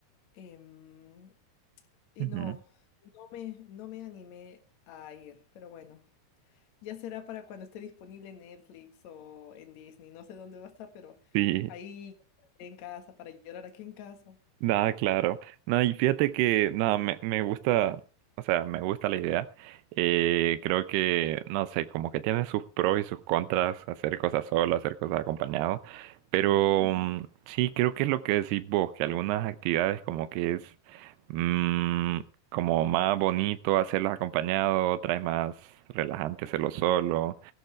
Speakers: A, on the left; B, on the right.
A: Em, y
B: ujú.
A: no, no me, no me animé a ir, pero bueno, ya será para cuando esté disponible en Netflix o en Disney, no sé dónde va a estar, pero
B: Sí,
A: ahí en casa, para llorar aquí en casa.
B: Nada, claro. No, y fíjate que nada, me, me gusta, o sea, me gusta la idea. Eh, creo que, no sé, como que tiene sus pros y sus contras, hacer cosas solo, hacer cosas acompañado. Pero
A: Ujú.
B: mm, sí, creo que es lo que decís vos, que algunas actividades como que es mm, como más bonito hacerlos acompañado, otras es más relajante hacerlo solo.